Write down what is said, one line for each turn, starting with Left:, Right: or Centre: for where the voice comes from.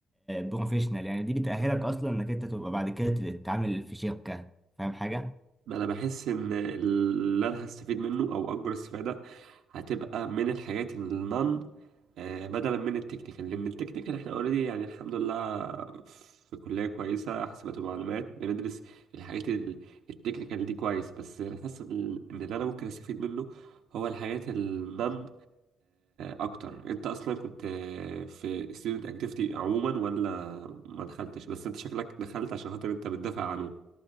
Centre: بروفيشنال يعني دي بتأهلك اصلا انك انت تبقى بعد كده تتعامل في شركة فاهم حاجة
Right: ما انا بحس ان اللي انا هستفيد منه او اكبر استفاده هتبقى من الحاجات النون آه، بدلا من التكنيكال لان التكنيكال احنا اوريدي يعني الحمد لله في كلية كويسة حاسبات ومعلومات بندرس الحاجات ال- التكنيكال دي كويس بس انا حاسس ان إن اللي انا ممكن استفيد منه هو الحاجات النن اكتر انت اصلا كنت آه، في student activity عموما ولا ما دخلتش بس انت شكلك دخلت عشان خاطر انت بتدافع عنه